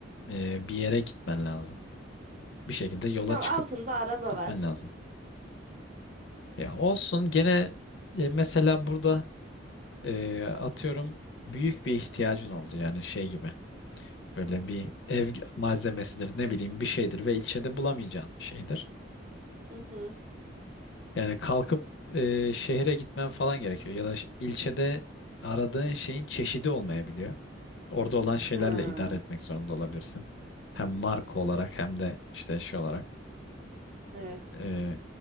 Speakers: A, on the left; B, on the right.
A: e, bir yere gitmen lazım. Bir şekilde yola
B: Tam
A: çıkıp
B: altında araba
A: gitmen
B: var.
A: lazım. Ya olsun gene e, mesela burada e, atıyorum büyük bir ihtiyacın oldu. Yani şey gibi böyle bir ev malzemesidir ne bileyim bir şeydir ve ilçede bulamayacağın bir şeydir.
B: Hı hı.
A: Yani kalkıp e, şehre gitmen falan gerekiyor. Ya da ş- ilçede aradığın şeyin çeşidi olmayabiliyor. Orada olan şeylerle
B: Ha,
A: idare etmek zorunda olabilirsin. Hem marka olarak hem de işte şey olarak.
B: evet.
A: Ee,